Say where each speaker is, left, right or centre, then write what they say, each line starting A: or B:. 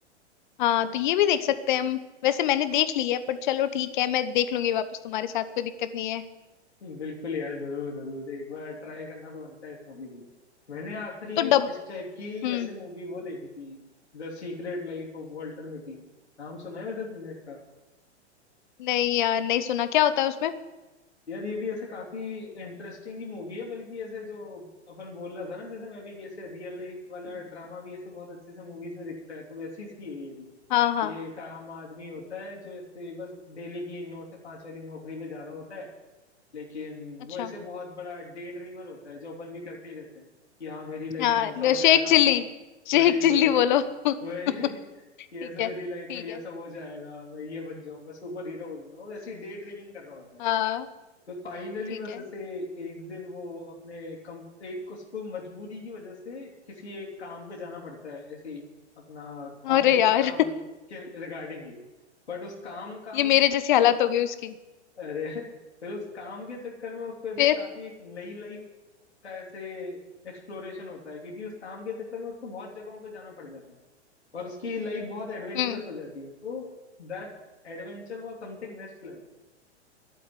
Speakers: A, on the left; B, on the left.
A: हाँ तो ये भी देख सकते हैं हम वैसे मैंने देख ली है पर चलो ठीक है मैं देख लूंगी वापस तुम्हारे साथ कोई दिक्कत नहीं है
B: हम्म, बिल्कुल यार जरूर जरूर एक बार ट्राई करना तो बनता है इस मूवी को भी मैंने आखिरी
A: तो डब
B: इस टाइप की
A: हम्म
B: वैसे मूवी वो देखी थी the secret life of Walter Mitty नाम सुना है वैसे तुमने इसका
A: नहीं यार नहीं सुना क्या होता है उसमें
B: यार ये भी ऐसे काफी इंटरेस्टिंग ही मूवी है बल्कि ऐसे जो अपन बोल रहा था ना जैसे मैं अभी कि ऐसे रियल लाइफ वाला ड्रामा भी ऐसे बहुत अच्छे से मूवीज में दिखता है तो वैसी ही है ये भी
A: हाँ हाँ
B: ये एक आम आदमी होता है जो ऐसे बस डेली की नौ से पांच वाली नौकरी पे जा रहा होता है लेकिन
A: अच्छा
B: वो ऐसे बहुत बड़ा डे ड्रीमर होता है जो अपन भी करते ही रहते हैं कि हाँ मेरी लाइफ
A: हाँ
B: में ऐसा हो जाएगा
A: शेख चिल्ली शेख
B: वही
A: चिल्ली
B: वही
A: बोलो <laughs> ठीक
B: वही <laughs> कि ऐसे
A: है
B: मेरी
A: ठीक
B: लाइफ में ये
A: है
B: सब हो जाएगा मैं ये बन जाऊंगा सुपर हीरो बन जाऊंगा वैसी डे ड्रीमिंग कर रहा होता
A: हाँ
B: है तो फाइनली
A: ठीक
B: बस
A: है
B: ऐसे एक दिन वो अपने कम एक उसको मजबूरी की वजह से किसी एक काम पे जाना पड़ता है ऐसे ही अपना ऑफिस
A: अरे यार
B: काम के रिगार्डिंग ही बट उस काम
A: <laughs>
B: काम
A: ये मेरे जैसी हालत हो गई उसकी
B: अरे फिर उस काम के चक्कर में उसको ऐसे
A: फिर
B: काफी एक नई लाइफ का ऐसे एक्सप्लोरेशन होता है क्योंकि उस काम के चक्कर में उसको बहुत जगहों पे जाना पड़ जाता है और उसकी लाइफ बहुत एडवेंचरस
A: हम्म
B: हो जाती है तो that adventure was something next level